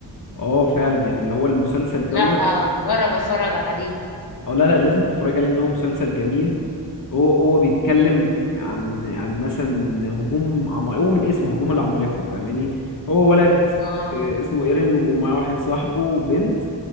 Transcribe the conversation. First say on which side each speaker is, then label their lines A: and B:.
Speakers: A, on the left; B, on the left.
A: اه فعلا يعني اللي هو المسلسل
B: لا
A: دوت
B: جرب اتفرج عليه
A: اه لا لا لازم تتفرج عليه ان هو مسلسل جميل هو هو بيتكلم عن عن مثلا هجوم عم... هو من اسمه هجوم العمالقة فاهماني هو ولد
B: اه
A: آه، اسمه ايرين ومعاه واحد صاحبه وبنت